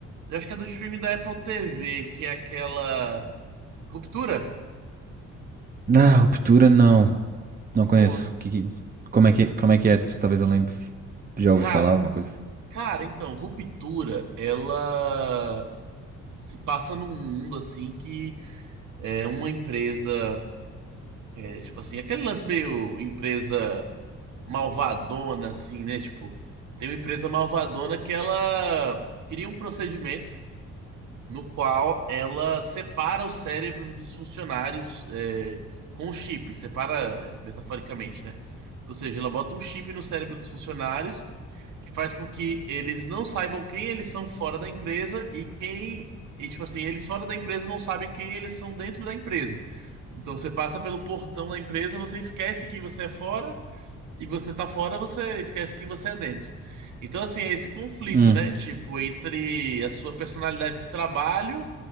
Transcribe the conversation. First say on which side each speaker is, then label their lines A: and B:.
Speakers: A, on the right (about 75°); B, on the right (about 30°).
A: Eu acho que é do streaming da Apple TV, que é aquela. Ruptura?
B: Na ruptura não. Não conheço.
A: Pô,
B: Que, que- como é que, como é que é? Talvez eu lembre. Já ouvi
A: ca-
B: falar alguma coisa.
A: Cara, então, Ruptura, ela se passa num mundo assim que é uma empresa. é, tipo assim, aquele lance meio empresa. malvadona, assim, né? Tipo, tem uma empresa malvadona que ela cria um procedimento no qual ela separa os cérebros dos funcionários é, com o chip, separa é, metaforicamente, né? Ou seja, ela bota um chip no cérebro dos funcionários que faz com que eles não saibam quem eles são fora da empresa e quem. E, tipo assim, eles fora da empresa não sabem quem eles são dentro da empresa. Então você passa pelo portão da empresa, você esquece quem você é fora e você tá fora, você esquece que você é dentro. Então, assim, é esse conflito,
B: Hum.
A: né? Tipo, entre a sua personalidade do trabalho